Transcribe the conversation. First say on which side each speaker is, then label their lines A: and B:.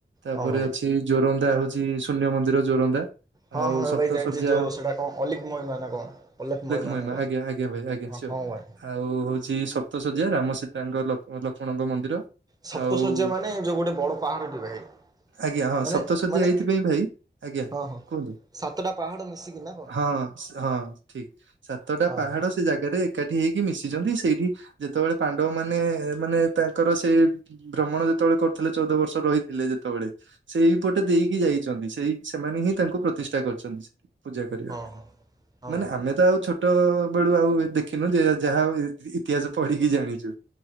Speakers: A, on the right (about 85°); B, on the right (about 20°).
A: ତାପରେ
B: ହଁ ଭାଇ
A: ଅଛି ଜୋରନ୍ଦା ହଉଛି ଶୂନ୍ୟ ମନ୍ଦିର ଜୋରନ୍ଦା।
B: ହଁ,
A: ଆଉ
B: ହଁ
A: ସପ୍ତ
B: ଭାଇ, ଜାଣିଛି
A: ଶଯ୍ୟା
B: ଯୋଉ ସେଇଟା କଣ ଅଲିକ ମହିମା ମାନେ କଣ? ଅଲେଖ ମହି ମାନେ
A: ମହିମା
B: କଣ
A: ଆଜ୍ଞା ଆଜ୍ଞା ଭାଇ ଆଜ୍ଞା ସିଓର।
B: ହଁ? <inaudible>
A: ଆଉ ହେଉଛି ସପ୍ତ ଶଯ୍ୟା ରାମସୀତାଙ୍କ ଲକ୍ଷ୍ମ ଲକ୍ଷ୍ମଣଙ୍କ ମନ୍ଦିର।
B: ସପ୍ତ
A: ଆଉ
B: ଶଯ୍ୟା ମାନେ ଯୋଉ ଗୋଟେ ବଡ ପାହାଡଟି ଭ ଭାଇ।
A: ଆଜ୍ଞା। ହଁ,
B: ମାନେ
A: ସପ୍ତଶଯ୍ୟା
B: ମାନେ
A: ଏଇଥିପାଇଁ ଭାଇ ଆଜ୍ଞା
B: ହଁ ହଁ।
A: କୁହନ୍ତୁ।
B: ସାତଟା ପାହାଡ଼ ମିଶିକି ନା? କଣ
A: ହଁ, ହଁ, ଠିକ୍ ସାତଟା
B: ହଁ
A: ପାହାଡ
B: ହଁ
A: ସେ ଜାଗାରେ ଏକାଠି ହେଇକି ମିଶିଛନ୍ତି। ସେଇଠି ଯେତେବେଳେ ପାଣ୍ଡବ ମାନେ ମାନେ ତାଙ୍କର ସେ ଭ୍ରମଣ ଯେତେବେଳେ କରୁଥିଲେ ଚଉଦ ବର୍ଷ ରହିଥିଲେ ଯେତେବେଳେ। ସେଇପଟେ ଦେଇକି ଯାଇଛନ୍ତି ସେଇ ସେମାନେ ହିଁ ତାଙ୍କୁ ପ୍ରତିଷ୍ଠା କରିଛନ୍ତି। ପୂଜା କରିବା
B: ହଁ
A: ପାଇଁ
B: ହଁ। ହଁ
A: ମାନେ
B: ଭାଇ
A: ଆମେ ତ ଆଉ ଛୋଟ ବେଳୁ ଆଉ ଦେଖିନୁ ଯେ ଯାହା ହଉ ଇତିହାସ ପଢିକି ଜାଣିଛୁ।